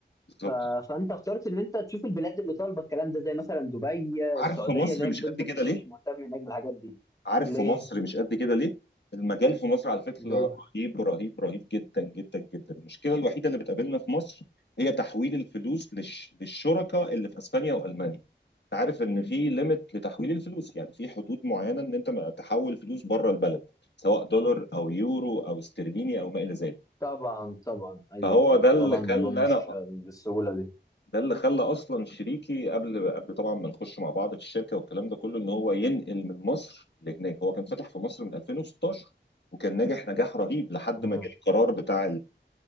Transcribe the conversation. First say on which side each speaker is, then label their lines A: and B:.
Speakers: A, on the left; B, on the left.
A: بالظبط
B: ف... فانت اخترت ان انت تشوف البلاد اللي طالبه الكلام ده زي مثلا دبي
A: عارف
B: السعوديه
A: في مصر
B: زي
A: مش
B: ما بتقول
A: قد
B: تركي
A: كده
B: الشيخ
A: ليه؟
B: مهتم هناك بالحاجات دي
A: عارف
B: ليه
A: في مصر مش قد كده ليه؟ المجال في مصر على فكرة
B: ليه
A: رهيب رهيب رهيب جدا جدا جدا المشكلة الوحيدة اللي بتقابلنا في مصر هي تحويل الفلوس للش... للشركاء اللي في اسبانيا والمانيا انت عارف ان في ليميت لتحويل الفلوس يعني في حدود معينة ان انت ما تحول فلوس بره البلد سواء دولار او يورو او استرليني او ما الى ذلك
B: طبعا طبعا ايوه
A: فهو
B: ايوه
A: ده اللي
B: طبعا
A: خلى
B: الموضوع مش
A: انا
B: بالسهوله
A: ده اللي خلى اصلا شريكي قبل قبل طبعا ما نخش مع بعض في الشركه والكلام ده كله ان هو ينقل من مصر لهناك هو كان فاتح في مصر من 2016 وكان ناجح نجاح رهيب لحد
B: دي
A: ما جه القرار بتاع